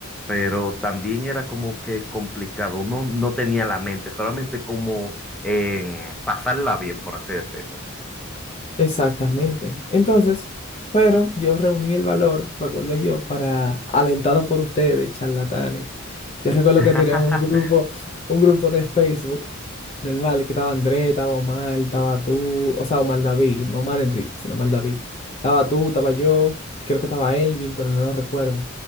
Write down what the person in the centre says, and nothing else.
pero también era como que complicado, uno no tenía la mente, solamente como en pasarla bien, por así decirlo.
<laughs>